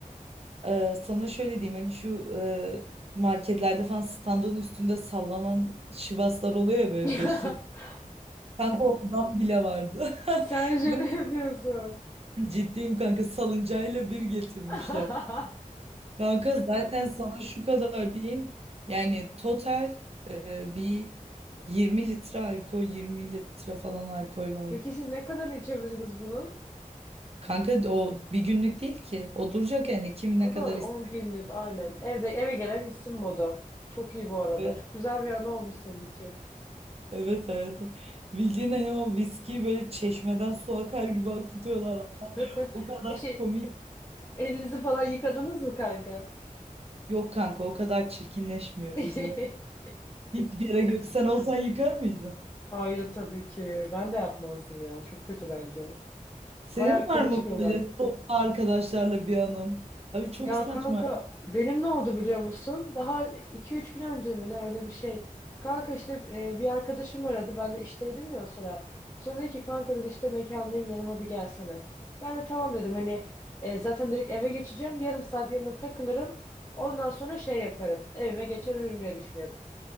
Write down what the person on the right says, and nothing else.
Ee, sana şöyle diyeyim hani şu e, marketlerde falan standın üstünde sallanan şivaslar oluyor ya böyle
beş litre. Kanka ondan bile vardı. <laughs>
Ve
ciddiyim kanka salıncayla bir getirmişler.
Kanka zaten sana şu kadar diyeyim. Yani total e, bir 20 litre alkol, 20 litre falan alkol vardı.
Kanka de o bir günlük değil ki. O duracak yani kim ne
kadar
ister.
Evet,
evet hayatım. Bildiğin hani o viskiyi böyle çeşmeden su akar gibi akıtıyorlar.
O kadar
komik.
Yok kanka o kadar çirkinleşmiyoruz
ya. Hiç gerek yok. Sen olsan yıkar mıydın?
Senin
var
mı
böyle
toplu arkadaşlarla bir anın? Abi çok
saçma